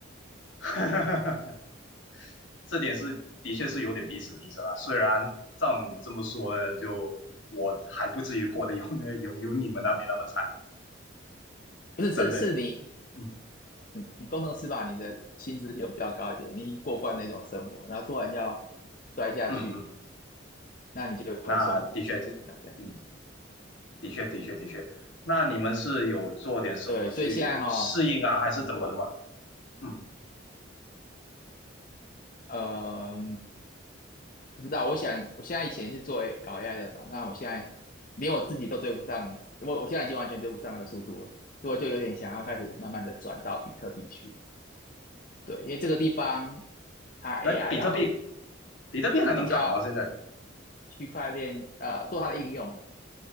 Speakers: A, on the left (about 80°); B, on the left (about 45°).
A: <laughs> 哈哈哈这点是的确是有点彼此彼此啦。虽然照你这么说呢，就我还不至于过得有那有有你们那边那么惨，
B: 不是，
A: 真的。
B: 是是你，
A: 嗯
B: 你工程师吧，你的薪资有比较高一点，你已经过惯那种生活，然后突然要摔下去，
A: 嗯嗯，
B: 那你就会受不
A: 那的确这嗯。
B: 了这样。
A: 的确，的确，的确。那你们是有做点什么去适应啊，
B: 对，所以现在哈、
A: 还是怎么的吗？
B: 我我
A: 嗯，
B: 呃，不知道，我想我现在以前是做 A- 搞 AI 的吧，那我现在连我自己都追不上，我我现在已经完全追不上那个速度了，所以我就有点想要开始慢慢的转到比特币去。对，因为这个地方它
A: 那比特币，
B: AI 要
A: 比特币还能搞吗？
B: 比较
A: 现在
B: 区块链呃做它的应用哦，